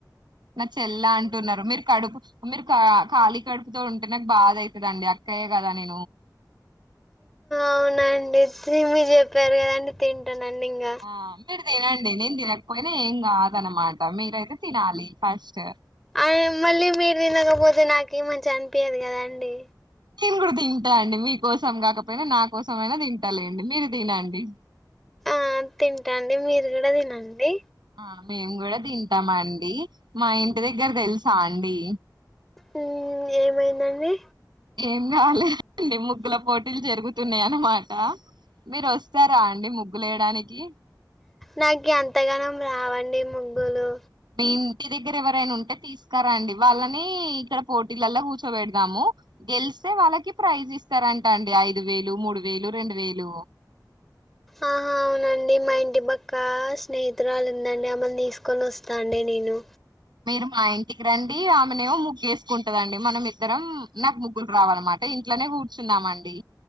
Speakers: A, on the right (about 85°); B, in the centre.
A: నా చెల్ల అంటున్నారు మీరు కడుపు మీరు ఖాళీ కడుపుతో ఉంటే నాకు బాధ అయితదండి అక్కయ్యే కదా అని
B: అవునండి మీరు చెప్పారు కదండి తిం టానండి ఇంగ
A: ఆ మీరు తినండి నేను తినకపోయినా ఏం కాదనమాట మీరైతే తినాలి ఫస్ట్
B: ఆ మళ్ళీ మీరు తినకపోతే నాకి మంచిగా అనిపియదు కదా అండి
A: నేను కూడా తింటా అండి మీకోసం కాకపోయినా నా కోసం అయినా తింటాలేండి మీరు తినండి
B: ఆ తింటండి మీరు కూడా తినండి
A: ఆ మేము కూడా తింటామండి మా ఇంటి దగ్గర తెలుసా అండి
B: మ్ ఏమైదండి
A: ఏం గాలేదండి ముగ్గుల పోటీలు జరుగుతున్నాయ అన్నమాట మీరు వస్తారా అండి ముగ్గులేయడానికి
B: నాకు అంతగనం రావండి ముగ్గులు
A: మీ ఇంటి దగ్గర ఎవరైనా ఉంటే తీసుకరండి వాళ్ళని ఇక్కడ పోటీలల్లా కూర్చోబెడదాము గెలిస్తే వాళ్ళకి ప్రైజ్ ఇస్తారంట అండి ఐదు వేలు మూడు వేలు రెండు వేలు
B: ఆహా అవునండి మా ఇంటి పక్క స్నేహితురాలు ఉందండి ఆమెని తీసుకొని వస్తా అండి నే నేను
A: మీరు మా ఇంటికి రండి ఆమెనేమో ముగ్గెస్కున్ టదండి మనం ఇద్దరం నాకు ముగ్గురు రావన్నమాట ఇంట్లోనే కూర్చున్నామండి